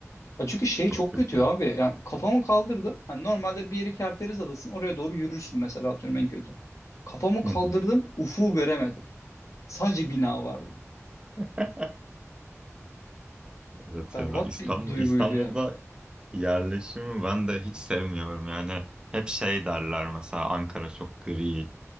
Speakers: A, on the left; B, on the right.
A: Ya çünkü şey
B: Çok
A: çok
B: kötü.
A: kötü abi. Yani kafamı kaldırdım. Hani normalde bir yeri Kerteriz Adası'nın oraya doğru yürürsün mesela atıyorum en kötü. Kafamı kaldırdım
B: Hı hı.
A: ufuğu göremedim. Sadece bina vardı.
B: <laughs> Evet
A: Berbat
B: ya İstanbul
A: bir duyguydu
B: İstanbul'da
A: ya.
B: yerleşimi ben de hiç sevmiyorum. Yani hep şey derler mesela Ankara çok gri